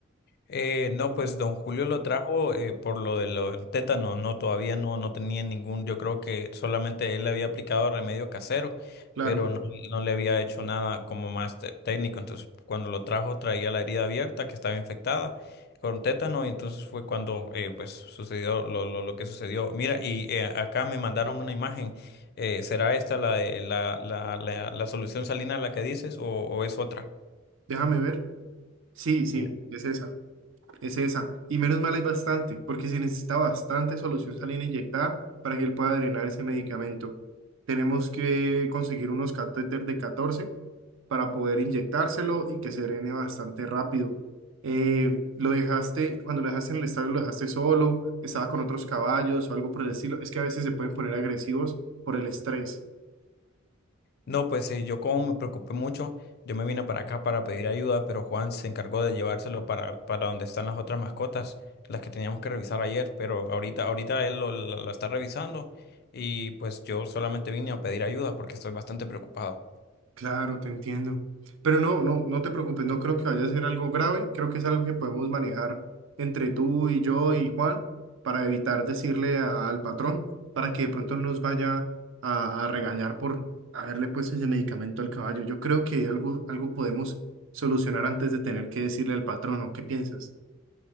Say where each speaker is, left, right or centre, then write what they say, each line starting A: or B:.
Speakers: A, on the left; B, on the right.
A: Eh, no, pues don Julio lo trajo eh, por lo de lo del tétano, no, todavía no, no tenía ningún, yo creo que solamente él le había aplicado remedio casero,
B: Claro,
A: pero no, no le había hecho nada como más te- técnico. Entonces, cuando lo trajo traía la herida abierta que estaba infectada con tétano y entonces fue cuando eh, pues sucedió lo, lo, lo que sucedió. Mira, y eh, acá me mandaron una imagen. Eh, ¿será esta la, de- la, la, la, la solución salina la que dices o o es otra?
B: déjame ver. Sí, sí,
A: Mira,
B: es esa, es esa. Y menos mal hay bastante, porque se necesita bastante solución salina inyectada para que él pueda drenar ese medicamento. Tenemos que conseguir unos catéteres de 14 para poder inyectárselo y que se drene bastante rápido. Eh, lo dejaste, cuando lo dejaste en el estadio, lo dejaste solo, estaba con otros caballos o algo por el estilo. Es que a veces se pueden poner agresivos por el estrés.
A: no, pues eh, yo como me preocupé mucho, yo me vine para acá para pedir ayuda, pero Juan se encargó de llevárselo para, para donde están las otras mascotas, las que teníamos que revisar ayer, pero ahorita, ahorita él lo, la la está revisando y pues yo solamente vine a pedir ayuda porque estoy bastante preocupado.
B: Claro, te entiendo. Pero no, no, no te preocupes, no creo que vaya a ser algo grave, creo que es algo que podemos manejar entre tú y yo y Juan para evitar decirle a- al patrón para que de pronto no nos vaya a, a regañar por haberle puesto ese medicamento al caballo. Yo creo que algo, algo podemos solucionar antes de tener que decirle al patrón, ¿o qué piensas?